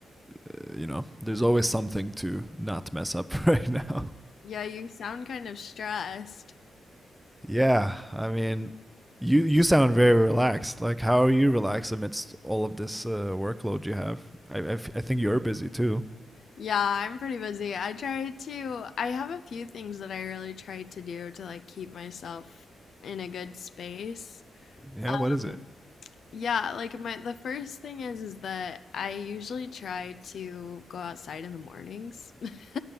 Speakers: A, in the centre; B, on the left (about 70°).
A: uh, you know, there's always something to not mess up <laughs> right now.
B: Yeah, you sound kind of stressed.
A: Yeah, I mean, you you sound very relaxed. Like, how are you relaxed amidst all of this uh, workload you have? I, I f- I think you're busy too.
B: Yeah, I'm pretty busy. I try to, I have a few things that I really try to do to like keep myself in a good space.
A: Yeah, what is
B: Um,
A: it?
B: Yeah, like my the first thing is is that I usually try to go outside in the mornings. <laughs>